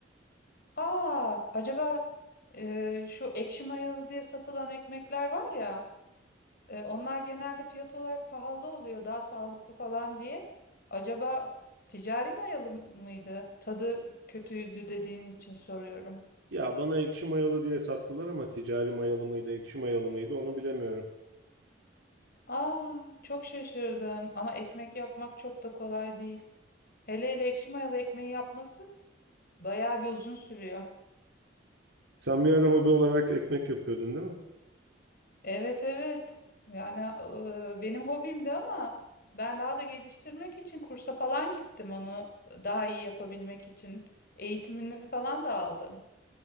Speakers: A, on the left; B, on the right.
A: Aa, acaba e, şu ekşi mayalı diye satılan ekmekler var ya, e, onlar genelde fiyat olarak pahalı oluyor, daha sağlıklı falan diye. Acaba ticari mayalı mıydı? Tadı kötüydü dediğin için soruyorum.
B: Ya bana ekşi mayalı diye sattılar ama ticari mayalı mıydı, ekşi mayalı mıydı onu bilemiyorum.
A: Aa, çok şaşırdım ama ekmek yapmak çok da kolay değil. Hele hele ekşi mayalı ekmeği yapması bayağı bir uzun sürüyor.
B: Sen bir ara hobi olarak ekmek yapıyordun değil mi?
A: Evet evet. Yani e, benim hobimdi ama ben daha da geliştirmek için kursa falan gittim onu daha iyi yapabilmek için. Eğitimini falan da aldım.